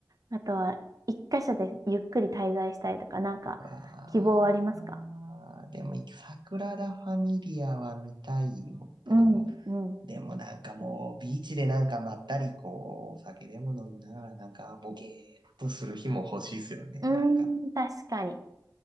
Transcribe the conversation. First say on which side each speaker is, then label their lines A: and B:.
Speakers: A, on the right; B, on the right.
A: あとは、一箇所でゆっくり滞在したいとか、なんか、
B: わ
A: 希望ありますか
B: ー、でも、桜田ファミリアは見たいのと、
A: うん、うん。
B: でもなんかもう、ビーチでなんかまったり、こう、お酒でも飲みながら、なんかボケーっとする日も欲しいですよね、
A: うーん、
B: なんか。
A: 確かに。